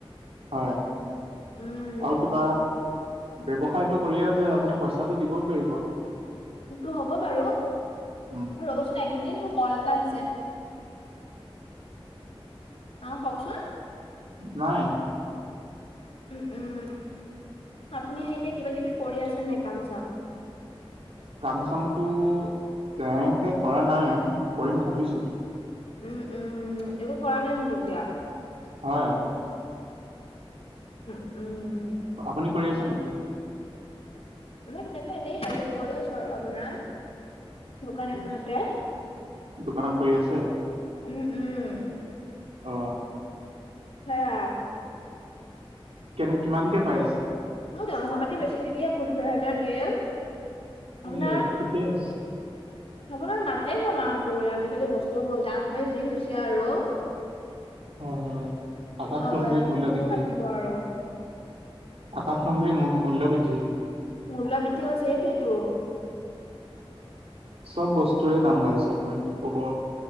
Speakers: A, on the right; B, on the left.
A: হয়
B: উম।
A: আৰু কিবা, ব্যৱসায়টো কৰিয়ে আছে আপুনি পইচাটো দিবই পাৰিব?
B: সেইটো হ'ব বাৰু। অ',
A: উম
B: ৰ'বচোন একমিনিট মোৰ কল এটা আহিছে। অ', কওঁকচোন।
A: নাই।
B: উম, উম, আপুনি এতিয়া কিবা-কিবি কৰি আছে নে নাই কাম-চাম?
A: কাম-চামটো তেনেকে কৰা নাই, কৰিম ভাবিছো।
B: উম, উম, একো কৰা নাই নেকি এতিয়া?
A: হয়।
B: উমঁ' উমঁ'।
A: আপুনি কৰি আছে নেকি?
B: মই এনেই হেল্প কৰি আছো আৰু আপোনাৰ দোকান এখনতে।
A: দোকানত কৰি আছে?
B: উমঁ' উমঁ'।
A: অ
B: সেই‌য়া।
A: কেনে কিমানকৈ পাই আছে?
B: মোৰ দৰমহা পাতি বেছি নিদিয়ে পোন্ধৰ হাজাৰ দিয়ে। আপোনাৰ
A: এ
B: <unintelligible>
A: ঠিকে আছে
B: আপোনাৰ নাতে গৈ মাহতো আজিকালি বস্তু বোৰ দাম হে যি হৈছে আৰু।
A: হয় হয়। আকাশলম্বী
B: হয়, আপোনালোকো
A: মূল্যবৃদ্ধি
B: ৰাতি <inaudible> আৰু।
A: আকাশলন্বী মূল্যবৃদ্ধি।
B: মূল্যবিদ্ধি হৈছে সেইটোৱেইটো।
A: চ'ব বস্তুৰে দাম বাঢ়িছে আপোনাৰ কি ক'ব।